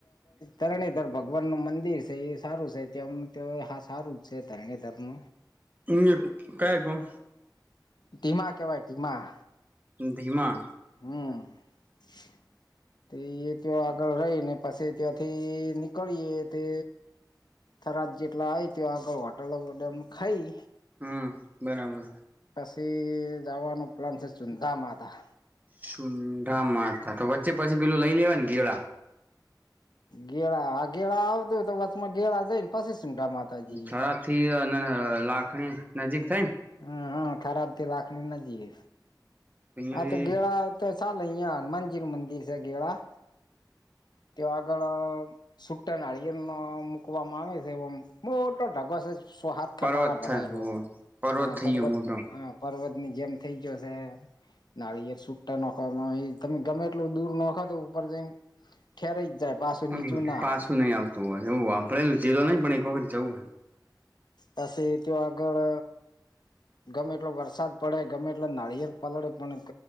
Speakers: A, on the left; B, on the right.
A: તરની તાર ભગવાન નું મંદિર. એ સારું છે, ત હા સારું જ છે, ધરણેધર ન
B: અ કઈ ગણ
A: ધીમા કેવાય ધીમા
B: ધીમા
A: હમ <unintelligible> તે એ ત્યા આગળ રહી ને પાછી ત્યાંથી નીકળીએ તે થરાદ જેટલા આય તે આગળ હોટલોમાં ખાઈ
B: હમ, બરાબર.
A: થી જવાનું પ્લાન છે ચુંદા માતા
B: ચુંદડા માથા તો વચ્ચે પછી પેલું લઈ લેવા ને ગીળ
A: ગેળા હ ગેળા આવતું તો વચમાં ગેળા જઈને પછી સુંઢા માતાજી
B: છરા
A: એ
B: થી અને લાખણી નજીક થઈને
A: હમ, હમ ખરાબથી લખણી નજીએ
B: અહિયાથી
A: આ તો ગેળા તો ચાલ યા હનુમાનજીનું મંદિર છે. ગેળા તે આગળ સુટ્ટા નાળિયેર મુકવામાં આવે છે. એ મોટો ઢગો છે. સોહાથ ખટારા
B: પર્વત
A: ભરાયવ
B: થાય
A: હ
B: થઈ
A: પર્વત
B: ગયો મોટો
A: હ પર્વત આપની જેમ થઈ જયોશે નાળિયેર સુટા નાોખવામાં તમે ગમે એટલું દૂર નખો તો ઉપર જઈને. ઠેરાઈ જ જાય પાછું
B: હમ
A: નીચું ના
B: પાછું
A: આવે
B: નહી આવતું હોય એવું આમ આપે એલું જેલો નહી પણ એક વખત જવું.
A: વસી તે આગળ ગમે એટલો વરસાદ પડે ગમે એટલો નારિયેર પલળે પણ